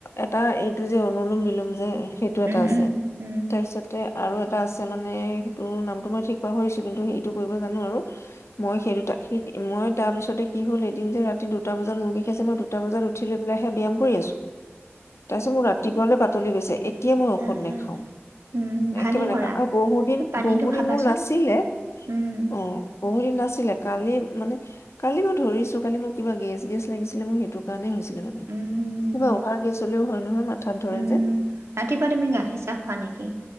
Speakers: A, on the left; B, on the right.
A: এটা এইটো যে অনু বি যে সেইটো এটা
B: উম,
A: আছে
B: উম, উম,
A: তাৰপিছতে আৰু এটা আছে মানে সেইটো নামটো মই ঠিক পাহৰিছো কিন্তু সেইটো কৰিব জানো আৰু মই সেই দুটা মই তাৰপিছতে কি হল এদিন যে ৰাতি দুটা বজাত মোৰ বিষাইছে মই দুটা বজাত উঠি লৈ পেলাই হে ব্যায়াম কৰি আছো তাৰপিছত মোৰ ৰাতিপুৱালৈ পাতলি গৈছে এতিয়া মই ঔষধ
B: উম,
A: নেখাওঁ
B: উম, ভালেই
A: একেবাৰে নেখাওঁ
B: কৰা
A: আৰু বহু দিন
B: পানীটো
A: বহু
B: খাবাচোন
A: দিন মোৰ নাছিলে
B: উম,
A: অ বহু দিন নাছিলে কালি মানে কালি মই ধৰিছো কালি মোক কিবা গেছ গেছ লাগিছিলে মোৰ সেইটো কাৰণে হৈছে নে
B: উম,
A: কিবা আৰু গেছ হ'লেও হয় নহয় মাথাত ধৰে
B: উম,
A: যে
B: ৰাতিপুৱা তুমি গাখীৰ চাহ খোৱা নেকি?